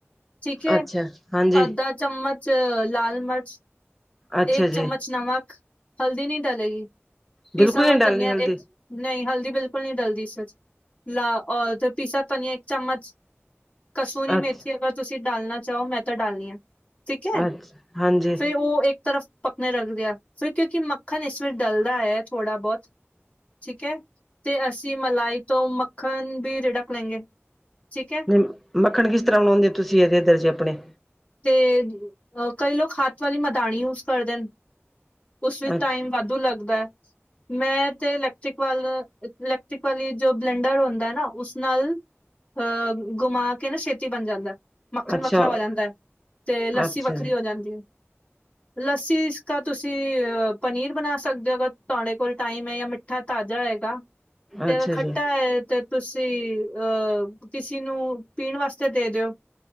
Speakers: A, on the left (about 30°); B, in the centre.
A: ਠੀਕ ਐ।
B: ਅੱਛਾ। ਹਾਂਜੀ
A: ਅੱਧਾ ਚਮਚ ਲਾਲ ਮਰਚ।
B: ਅੱਛਾ
A: ਏਕ
B: ਜੀ
A: ਚਮਚ ਨਮਕ ਹਲਦੀ ਨੀ ਡਲੇਗੀ ਪੀਸਾ
B: ਬਿਲਕੁਲ
A: ਹੋਵਾ
B: ਨਹੀਂ ਡਾਲਣੀ
A: ਧਨੀਆ
B: ਹਲਦੀ
A: ਏਕ ਨਈ ਹਲਦੀ ਬਿਲਕੁਲ ਨੀ ਡਲਦੀ ਇਸ ਵਿੱਚ ਲਾ ਔ ਤੇ ਪੀਸਾ ਧਨੀਆ ਇੱਕ ਚਮਚ। ਕਸੂਰੀ ਮੇਥੀ
B: ਅੱਛਾ
A: ਅਗਰ ਤੁਸੀਂ ਡਾਲਣਾ ਚਾਓ ਮੈਂ ਤਾਂ ਡਾਲਨੀ ਆਂ। ਠੀਕ ਐ।
B: ਅੱਛਾ ਹਾਂਜੀ
A: ਫੇ ਉਹ ਏਕ ਤਰਫ ਪਕਣੇੇ ਰੱਖ ਦਿਆ। ਫਿਰ ਕਿਉਂਕਿ ਮੱਖਣ ਇਸ ਵਿਚ ਡਲਦਾ ਹੈ ਥੋੜਾ ਬਹੁਤ। ਠੀਕ ਹੈ। ਤੇ ਅਸੀਂ ਮਲਾਈ ਤੋਂ ਮੱਖਣ ਵੀ ਰਿੜਕ ਲੈਂਗੇ। ਠੀਕ ਹੈ।
B: ਮ ਮੱਖਣ ਕਿਸ ਤਰ੍ਹਾਂ ਬਣਾਉਦੇ ਤੁਸੀਂ ਇਹਦੇ ਏਧਰ ਜੇ ਆਪਣੇ?
A: ਤੇ ਅ ਕਈ ਲੋਕ ਹੱਥ ਵਲੀ ਮਦਾਣੀ ਯੂਜ ਕਰਦੇ ਹਨ। ਉਸ ਵਿੱਚ
B: ਅੱਛ
A: ਟਾਈਮ ਵਾਧੂ ਲੱਗਦਾ ਐ। ਮੈਂ ਤੇ ਇਲੈਕਟ੍ਰਿਕ ਵੱਲ ਇਲੈਕਟ੍ਰਿਕ ਵਾਲੀ ਜੋ ਬਲੈਂਡਰ ਹੁੰਦਾ ਨਾ ਉਸ ਨਾਲ ਅ--ਗੁਮਾ ਕੇ ਨਾ ਛੇਤੀ ਬਣ ਜਾਂਦਾ ਮੱਖਣ
B: ਅੱਛਾ
A: ਵੱਖਰਾ ਹੋ ਜੰਦੇ। ਤੇ ਲੱਸੀ
B: ਅੱਛਾ
A: ਵੱਖਰੀ
B: ਜੀ
A: ਹੋ ਜਾਂਦੀ ਏ। ਲੱਸੀ ਇਸ ਕਾ ਤੁਸੀਂ ਪਨੀਰ ਬਣਾ ਸਕਦੇ ਹੋ ਅਗਰ ਤੁਹਾਡੇ ਕੋਲ ਟਾਈਮ ਹੈ ਜਾਂ ਮ ਮਿੱਠਾ ਤਾਜ਼ਾ ਹੋਏਗਾ। ਤੇ
B: ਅੱਛਾ
A: ਖੱਟਾ
B: ਜੀ
A: ਹੈ ਤੇ ਤੁਸੀਂ ਅ ਕਿਸੀ ਨੂੰ ਪੀਣ ਵਾਸਤੇ ਦੇ ਦਿਓ।